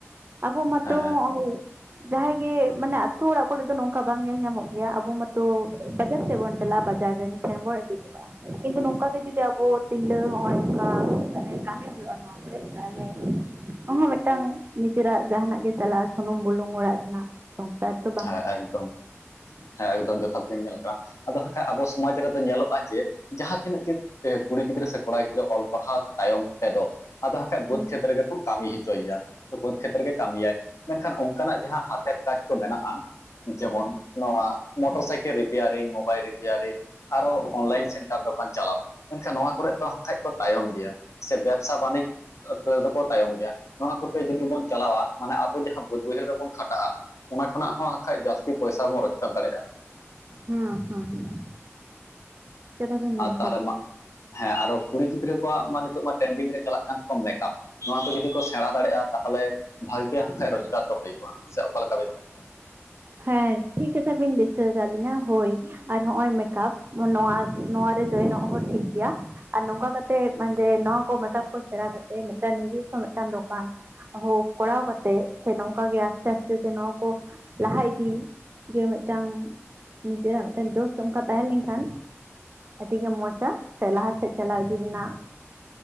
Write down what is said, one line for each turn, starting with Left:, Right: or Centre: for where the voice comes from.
Right: ᱟᱵᱚ ᱢᱟᱛᱚ
Left: ᱦᱮᱸ ᱮᱠᱫᱚᱢ
Right: ᱦᱚᱸᱜᱼᱚᱭ ‍‍᱾ ᱡᱟᱦᱟᱸᱭ ᱜᱮ ᱢᱟᱱᱮ ᱟᱛ ᱚᱲᱟᱜ ᱠᱚᱨᱮ ᱫᱚ ᱱᱚᱝᱠᱟ ᱵᱟᱝ ᱧᱮᱞ ᱧᱟᱢᱚᱜ ᱜᱮᱭᱟ ᱟᱵᱚ ᱢᱟᱛᱚ ᱵᱟᱡᱟᱨ ᱥᱮᱫ ᱵᱚᱱ ᱾ ᱪᱟᱞᱟᱜ ᱵᱟᱡᱟᱨ ᱨᱮᱱ ᱴᱷᱮᱱ ᱵᱚᱱ ᱤᱫᱤ ᱠᱟᱜᱼᱟ᱾ ᱠᱤᱱᱛᱩ ᱱᱚᱝᱠᱟ ᱜᱮ ᱡᱩᱫᱤ ᱟᱵᱚ ᱛᱤᱨᱞᱟᱹ ᱦᱚᱸᱜᱼᱚᱭ ᱱᱚᱝᱠᱟᱮ ᱠᱟᱹᱢᱤ ᱦᱩᱭᱩᱜᱼᱟ ᱱᱚᱣᱟ ᱠᱚᱨᱮ ᱛᱟᱦᱞᱮ ᱚᱦᱚᱸ ᱢᱤᱫᱴᱟᱝ ᱱᱤᱡᱮᱨᱟᱜ ᱡᱟᱦᱟᱱᱟᱜ ᱜᱮ ᱪᱟᱞᱟᱜᱼᱟ ᱥᱩᱱᱩᱢ ᱵᱩᱞᱩᱝ ᱚᱲᱟᱜ ᱨᱮᱱᱟᱜ ᱾ ᱥᱚᱝᱥᱟᱨ ᱫᱚ
Left: ᱦᱮᱸ ᱮᱠᱫᱚᱢ ᱦᱮᱸ ᱮᱠᱫᱚᱢ ᱡᱚᱛᱷᱟᱛ ᱵᱤᱧ ᱧᱮᱞ ᱠᱟᱜ-ᱟ᱾ ᱟᱫᱚ ᱦᱟᱠᱷᱟᱡ ᱟᱵᱚ ᱥᱚᱢᱟᱡᱽ ᱨᱮᱫᱚ ᱧᱮᱞᱚᱜᱼᱟ ᱡᱮ ᱡᱟᱦᱟᱸ ᱛᱤᱱᱟᱹᱜ ᱜᱮ ᱠᱩᱲᱤ ᱜᱤᱫᱽᱨᱟᱹ ᱥᱮ ᱠᱚᱲᱟ ᱜᱤᱫᱽᱨᱟᱹ ᱚᱞ ᱯᱟᱲᱦᱟᱣ ᱛᱟᱭᱚᱢ ᱛᱮᱫᱚ ᱟᱫᱚ ᱦᱟᱜᱠᱷᱟ ᱵᱟᱹᱫᱽ
Right: ᱦᱮᱸ
Left: ᱠᱷᱮᱛᱨᱮ ᱨᱮᱜᱮ ᱠᱚ ᱠᱟᱹᱢᱤ ᱦᱚᱪᱚᱭ ᱜᱮᱭᱟ ᱾ ᱵᱟᱹᱫᱽ ᱠᱷᱮᱛᱨᱮ ᱜᱮ ᱠᱟᱹᱢᱤᱭᱟᱭ ᱢᱮᱱᱠᱷᱟᱱ ᱚᱱᱠᱟᱱᱟᱜ ᱡᱟᱦᱟᱸ ᱦᱟᱛᱮᱨ ᱠᱟᱡᱽ ᱠᱚ ᱢᱮᱱᱟᱜᱼᱟ ᱾ ᱡᱮᱢᱚᱱ ᱱᱚᱣᱟ motor cycle repairing mobile repairing. ᱟᱨᱚ ᱚᱱᱞᱟᱭᱤᱱ ᱥᱮᱱᱴᱟᱨ ᱫᱳᱠᱟᱱ ᱪᱟᱞᱟᱣ ᱾ ᱢᱮᱱᱱᱠᱷᱟᱱ ᱱᱚᱣᱟ ᱠᱚᱨᱮᱜ ᱫᱚᱠᱷᱟᱡ ᱠᱚ ᱛᱟᱭᱚᱢ ᱜᱮᱭᱟ ᱥᱮ ᱵᱮᱵᱽᱥᱟ ᱵᱟᱱᱤᱡᱽ ᱾ ᱫᱚᱠᱚ ᱛᱟᱭᱚᱢ ᱜᱮᱭᱟ ᱱᱚᱣᱟ ᱠᱚᱛᱮ ᱡᱩᱫᱤ ᱵᱚᱱ ᱪᱟᱞᱟᱣᱟ ᱢᱟᱱᱮ ᱟᱵᱚ ᱡᱟᱦᱟᱸ ᱵᱟᱹᱫᱽ ᱵᱟᱹᱭᱦᱟᱹᱲ ᱨᱮᱵᱚᱱ ᱠᱷᱟᱴᱟᱜᱼᱟ ᱾ ᱚᱱᱟ ᱠᱷᱚᱱᱟᱜ ᱦᱚᱸ ᱦᱟᱠᱷᱟᱡ ᱡᱟᱹᱥᱛᱤ ᱯᱚᱭᱥᱟ ᱵᱚᱱ ᱨᱳᱡᱽᱜᱟᱨ ᱫᱟᱲᱮᱭᱟᱜᱼᱟ ᱾
Right: ᱦᱩᱸ ᱦᱩᱸ ᱦᱩᱸ ᱪᱮᱫᱟ ᱵᱤᱱ ᱢᱮᱱᱫᱟ?
Left: ᱟᱨ ᱛᱟᱦᱚᱞᱮ ᱢᱟ ᱦᱮᱸ ᱟᱨᱚ ᱠᱩᱲᱤ ᱜᱤᱫᱽᱨᱟᱹ ᱠᱚᱣᱟᱜ ᱢᱟ ᱱᱤᱛᱚᱜ ᱢᱟ ᱴᱨᱮᱱᱰᱤᱝ ᱨᱮ ᱪᱟᱞᱟᱜ ᱠᱟᱱ ᱛᱟᱠᱚᱣᱟ ᱢᱮᱠᱟᱯ ᱾ ᱱᱚᱣᱟ ᱠᱚ ᱡᱩᱫᱤ ᱠᱚ ᱥᱮᱬᱟ ᱫᱟᱲᱮᱭᱟᱜᱼᱟ ᱛᱟᱦᱚᱞᱮ ᱵᱷᱟᱜᱮ ᱦᱟᱜ ᱠᱷᱟᱱᱡ ᱨᱳᱡᱽᱜᱟᱨ ᱫᱚ ᱦᱩᱭᱩᱜᱼᱟ ᱥᱮ ᱚᱠᱟ ᱞᱮᱠᱟ ᱵᱮᱱ ᱢᱮᱱᱟ?
Right: ᱦᱮᱸ ᱴᱷᱤᱠ ᱠᱟᱛᱷᱟ ᱵᱤᱱ ᱫᱤᱥᱟᱹ ᱟᱠᱟᱫ ᱞᱤᱧᱟ ᱦᱳᱭ ᱾ ᱟᱨ ᱱᱚᱜᱚᱭ ᱢᱮᱠᱟᱯ ᱱᱚᱣᱟ ᱱᱚᱟᱨ ᱨᱮ ᱡᱚᱭᱮᱱᱚᱜ ᱦᱚᱸ ᱴᱷᱤᱠ ᱜᱮᱭᱟ ᱾ ᱟᱨ ᱱᱚᱝᱠᱟ ᱠᱟᱛᱮᱜ ᱢᱟᱱᱮ ᱱᱚᱣᱟ ᱠᱚ ᱢᱮᱠᱟᱯ ᱠᱚ ᱥᱮᱬᱟ ᱠᱟᱛᱮᱫ ᱢᱤᱫᱴᱟᱝ ᱱᱤᱡᱮᱥᱥᱚ ᱢᱤᱫᱴᱟᱝ ᱫᱚᱠᱟᱱ ᱾ ᱠᱚᱨᱟᱣ ᱠᱟᱛᱮᱜ ᱥᱮ ᱱᱚᱝᱠᱟ ᱜᱮ ᱟᱥᱛᱮ ᱟᱥᱛᱮ ᱥᱮ ᱱᱚᱣᱟ ᱠᱚ ᱞᱟᱦᱟ ᱤᱫᱤ ᱡᱮ ᱢᱤᱫᱴᱟᱝ ᱱᱤᱡᱮᱨᱟᱜ ᱢᱤᱫᱴᱟᱝ ᱫᱚᱳᱥ ᱚᱱᱠᱟ ᱛᱟᱦᱮᱸ ᱞᱮᱱᱠᱷᱟᱱ ᱾ ᱟᱹᱰᱤ ᱜᱮ ᱢᱚᱸᱡᱟ ᱥᱮ ᱞᱟᱦᱟ ᱥᱮᱫ ᱪᱟᱞᱟᱣ ᱤᱫᱤ ᱨᱮᱱᱟᱜ